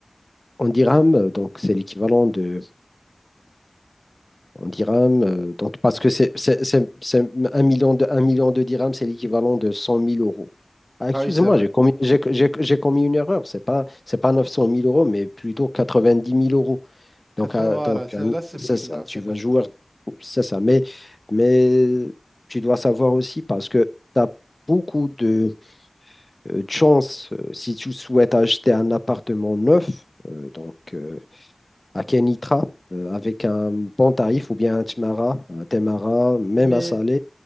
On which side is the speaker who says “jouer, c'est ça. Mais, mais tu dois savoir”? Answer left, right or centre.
Left